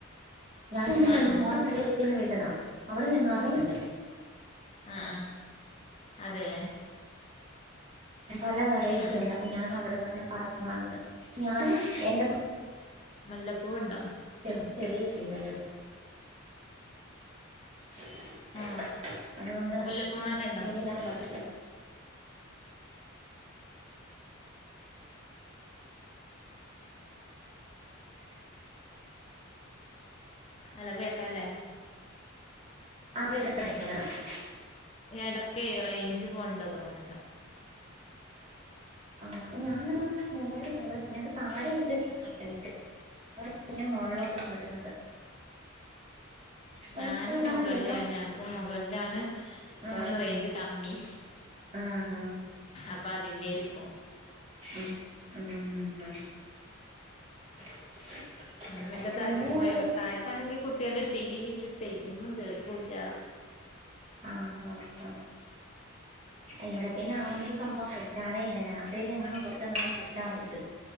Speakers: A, on the right (about 35°); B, on the left (about 30°).
A: ഞാൻ എന്റെ
B: ആഹ്
A: ഫ്രണ്ടും <unintelligible>
B: ആഹ്
A: ന്ന് വിട്ടതാ അവിടെ നിന്ന് നരേണ്ട്
B: ആഹ് ആഹ് അതെ
A: പല വെറൈറ്റി
B: ആഹ്
A: ഉണ്ട് അപ്പൊ ഞാൻ അവിടുന്ന് അങ്ങനെ പറഞ്ഞു വാങ്ങിച്ചു ഞാൻ എന്റെ
B: മുല്ലപ്പൂവുണ്ടോ
A: ചെറപ്പ ചെളി കിട്ടീല്ല <inaudible>
B: ആഹ്
A: അതുകൊണ്ട്
B: മുല്ലപ്പൂമരണ്ടോ
A: ചെളിയിലന്ന് പ
B: <inaudible> നല്ലം കേൾക്കാൻല്ലേ
A: ആഹ് <inaudible>
B: ഇടക്കേ റേഞ്ച് പോണ്ട് തോന്നണ്ട്
A: ആഹ് ഞാൻ <unintelligible> മുകളില ഇവിടെ ഞക്ക് താഴെ ഒത്തിരി <inaudible> <unintelligible> ഇനി മുകളിലോട്ട് പോരുന്നത്
B: ഞാനും
A: കുഴപ്പമില്ലാതെ
B: മുകളിലന്നെ
A: കേട്ടോ
B: മുകളിൽ ആണ്
A: ആ
B: കുറച്ചു റെയിഞ്ച് കമ്മി
A: ആ ആ
B: അപ്പൊഅതിന്റെര്ക്കും
A: ആഹ് ഉം ഉം <inaudible>
B: വെല്ലേ താഴത്തേക്ക്
A: പിന്നെ ഇവിടെ
B: പോയോക്കട്ടെ
A: ഒരു
B: താഴത്താണെങ്കിൽ കുട്ടികൾ ടി വിട്ടിട്ടേ ഒന്നും കേൾക്കൂല്ല
A: ആഹ് അഹ് ആഹ് ഇവിടെ പിന്നെ അവന സംഭവം വെക്കാറേ ഇല്ല രാത്രിൽ അങ്ങനും കൊറച്ച് നേരം വെച്ചാ വെച്ചു